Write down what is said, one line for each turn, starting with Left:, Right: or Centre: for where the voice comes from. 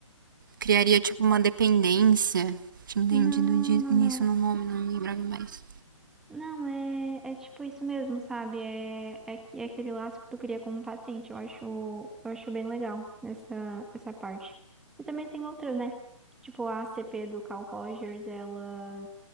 Right: Criaria tipo uma dependência. Tinha
Centre: Não,
Right: entendido de-
Centre: não,
Right: nisso
Centre: não.
Right: no nome, não lembrava mais.
Centre: Não, é, é tipo isso mesmo, sabe? É, é, que- é aquele laço que tu cria com o paciente. Eu acho, eu acho bem legal essa, essa parte. E também tem outras, né? Tipo, a ACP do Carl Rogers, ela